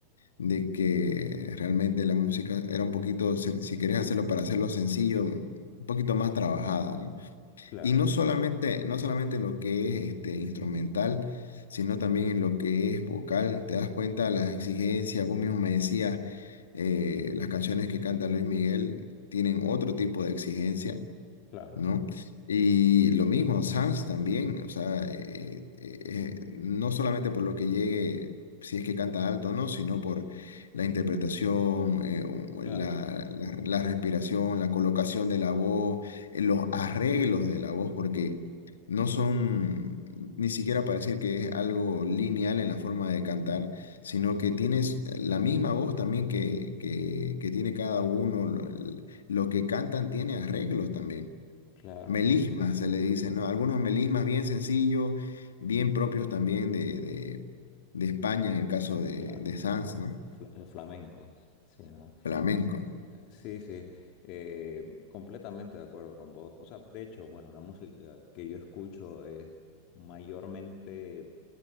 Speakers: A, on the left; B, on the left.
A: de que realmente la música era un poquito, si, si querés hacerlo para hacerlo sencillo, un poquito más trabajada, ¿no?
B: claro,
A: Y no solamente, no solamente en lo que es este, instrumental, sino también en lo que es vocal. Te das cuenta de las exigencias, vos mismo me decías, eh, las canciones que canta Luis Miguel tienen otro tipo de exigencia
B: claro,
A: ¿no? Y lo mismo, Sans también, o sea, eh, eh, eh, no solamente por lo que llegue, si es que canta alto o no, sino por la interpretación, eh, u-
B: claro.
A: la, la- la respiración, la colocación de la voz, eh, los arreglos de la voz, porque no son ni siquiera para decir que es algo lineal en la forma de cantar, sino que tienes la misma voz también que, que, que tiene cada uno, lo lo que cantan tiene arreglos también.
B: Claro,
A: Melismas
B: sí,
A: se le dice, ¿no? Algunos melismas bien sencillos, bien propios también de, de, de España, en el caso de,
B: claro.
A: de Sanz, ¿no?
B: Fla- eh, flamencos, sí, ¿no?
A: Flamenco.
B: Sí, sí, sí, eh, completamente de acuerdo con vos. O sea, de hecho, bueno, la música que yo escucho es mayormente